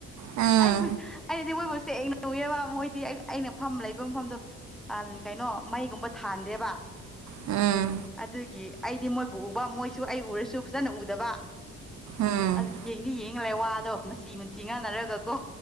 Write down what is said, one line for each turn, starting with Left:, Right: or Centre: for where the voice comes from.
Right: ꯎꯝ
Centre: ꯑꯩꯕꯨ ꯑꯩꯅꯗꯤ ꯃꯣꯏꯕꯨꯁꯦ ꯃꯣꯏꯗꯤ ꯑꯩꯅ ꯐꯝ ꯂꯩꯕ ꯃꯐꯝꯗꯣ ꯀꯩꯅꯣ ꯃꯩꯒꯨꯝꯕ ꯊꯥꯟꯗꯦꯕ
Right: ꯎꯝ
Centre: ꯑꯗꯨꯒꯤ ꯑꯩꯗꯤ ꯃꯣꯏꯕꯨ ꯎꯕ ꯃꯣꯏꯁꯨ ꯑꯩ ꯎꯔꯁꯨ ꯐꯖꯅ ꯎꯗꯕ
Right: ꯎꯝ
Centre: ꯑꯗ ꯌꯦꯗꯤ ꯌꯦ ꯋꯥꯗꯣ ꯃꯆꯤ ꯃꯆꯤ ꯉꯥꯟꯅꯔꯒ ꯀꯣ